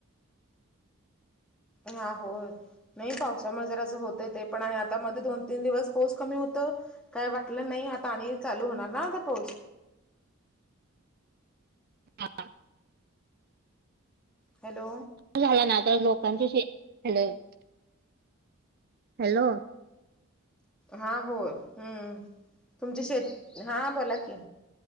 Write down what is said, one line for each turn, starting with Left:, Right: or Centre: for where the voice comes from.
Centre: हां होय. नाही पावसामुळे जरा असं होतय ते पण आता मध्ये दोन तीन दिवस पाऊस कमी होतो काय वाटलं नाही आता आणि चालू होणार ना आता पाऊस
Right: <unintelligible>
Centre: हॅलो.
Right: झाला ना आता लोकांची शेती <unintelligible> हॅलो.
Centre: हा होय हम्म तुमचे शेत हां बोला की